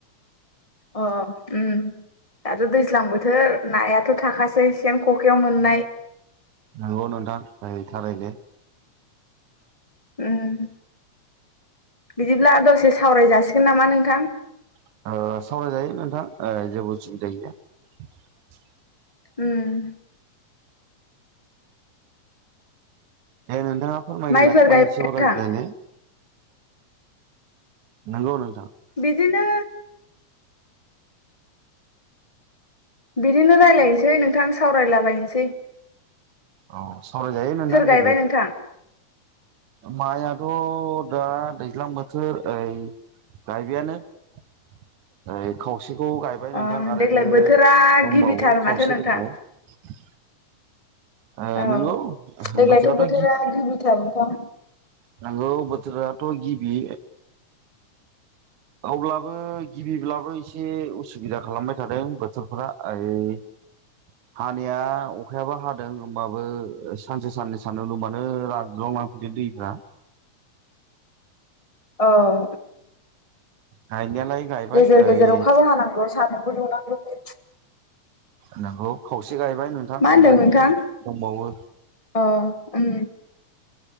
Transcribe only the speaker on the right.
नंगौ नोंथां ओइ थारैनो।
ओ
ए नोंथाङा फोरमायगोलाय
मानि
सायाव
रायज्लायनो नंगौ नों
औ सावराय जायो नोंथां
जेबो
माइआथ' दा दैज्लां बोथोर ओइ गायबायानो ओइ खाव खावसेखौ गायबाय नोंथां
आरो
दंबावो
खावसे
दंबावो ओ
नंगौ
बोथोराथ'
नोंगौ बोथोराथ' गिबि अब्लाबो गिबिब्लाबो एसे उसुबिदा खालामबाय थादों बोथोरफोरा ओइ हानिया अखायाबो हादों होमबाबो सानसे साननै सान्दुं बुंबावो रानरुं लांफैदो <unintelligible> दैफ्रा
गायनायालाय गायबाय
ओइ
नोंगौ खावसे गायबाय नोंथां
ओमफ्राय
दंबावो